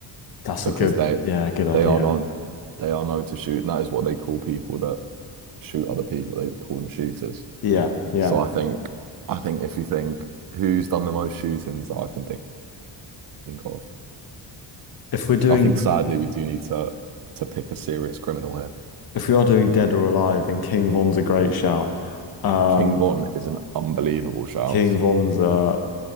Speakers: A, on the left; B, on the right.
A: That's
B: because
A: a good,
B: they
A: yeah, good idea.
B: they are not they are known to shoot, and that is what they call people that shoot other people. They call them shooters.
A: Yeah, yeah.
B: So I think I think if you think who's done the most shootings that I can think of,
A: If we're doing
B: I think sadly we do need to to pick a serious criminal here.
A: if we are doing Dead or Alive, then King Von's a great shout. Um,
B: King Von is an unbelievable shout.
A: King Von's uh,